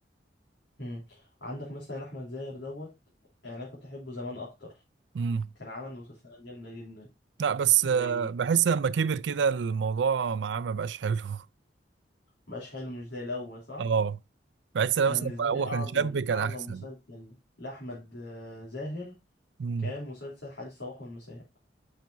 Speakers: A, on the left; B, on the right.
A: مم. عندك مثلا احمد زاهر دوت يعني انا كنت احبه زمان اكتر
B: امم
A: كان عمل مسلسلات جامده جدا
B: لا بس
A: زي
B: آه، بحس لما كبر كده الموضوع معاه ما بقاش حلو <laughs>
A: مش حلو مش زي الاول صح
B: اه بحس لما
A: انا
B: مثلا
A: بالنسبه
B: لما
A: لي
B: هو
A: اعظم
B: كان شاب كان
A: اعظم
B: احسن
A: مسلسل لاحمد آه، زاهر
B: امم
A: كان مسلسل حديث الصباح والمساء